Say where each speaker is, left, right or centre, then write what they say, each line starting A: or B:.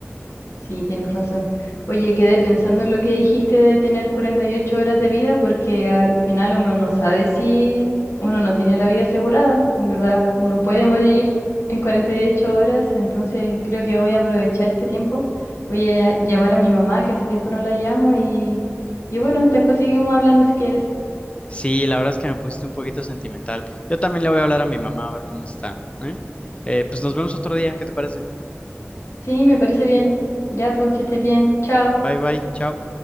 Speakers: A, on the left; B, on the left.
A: Sí, tienes razón. Oye, quedé pensando en lo que dijiste de tener 48 horas de vida porque al final uno no sabe si uno no tiene la vida asegurada. En verdad, uno puede morir en 48 horas, entonces creo que voy a aprovechar este tiempo. Voy a llamar a mi mamá, que hace tiempo no la llamo, y, y bueno, después seguimos hablando si quieres.
B: Sí, la verdad es que me pusiste un poquito sentimental. Yo también le voy a hablar a mi mamá a ver cómo está, ¿eh? Eh, pues nos vemos otro día, ¿qué te parece?
A: Sí, me parece bien. Ya, pues que estés bien. Chao.
B: Bye bye, chao.